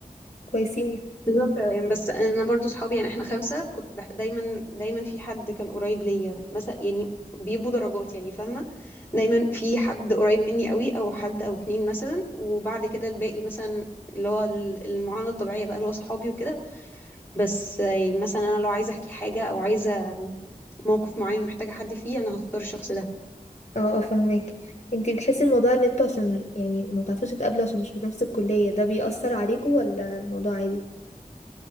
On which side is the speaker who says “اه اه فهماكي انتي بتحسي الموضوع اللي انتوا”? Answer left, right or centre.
Left